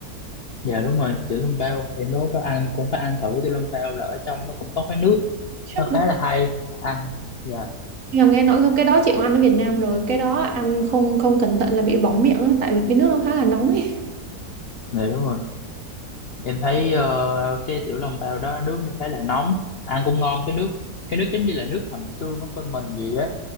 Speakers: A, on the left; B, on the right.
A: dạ đúng rồi tiểu笼bao em mới có ăn cũng có ăn thử tiểu笼bao là ở trong nó cũng có cái nước
B: Súp
A: nó
B: đó.
A: khá là hay ăn dạ
B: Nhưng mà nghe nói cái đó chị cũng ăn ở Việt Nam rồi, cái đó ăn không không cẩn thận là bị bỏng miệng á tại vì cái nước nó khá là nóng ấy.
A: dạ đúng rồi em thấy ờ, cái tiểu long tàu đó nước nó khá là nóng ăn cũng ngon cái nước cái nước giống như là nước hầm xương của bên mình vậy á